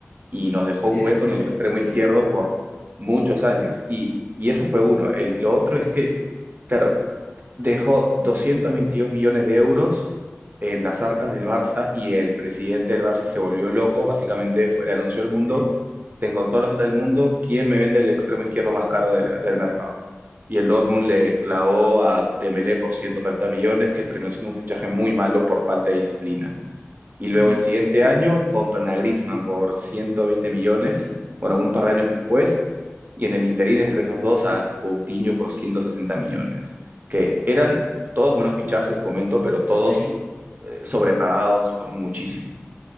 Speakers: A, on the right (about 40°); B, on the left (about 55°).
A: y nos dejó
B: Cierto,
A: un hueco en el extremo
B: cierto.
A: izquierdo por muchos años. Y, y eso fue uno. El- lo otro es que, claro, dejó 222 millones de euros en las arcas del Barça y el presidente del Barça se volvió loco, básicamente fue, le anunció al mundo,
B: Sí.
A: tengo toda la plata del mundo, ¿quién me vende el extremo izquierdo más caro de la- del mercado? Y el Dortmund le clavó a Dembélé por 140 millones, que terminó siendo un fichaje muy malo por falta de disciplina. Y
B: Sí,
A: luego el siguiente año compran a Griezmann por 120 millones, bueno, un par de años después, y en el interín entre esos dos a Coutinho por 160 millones, que eran todos buenos fichajes, momento, pero todos
B: Sí,
A: eh, sobrepagados por muchísimo.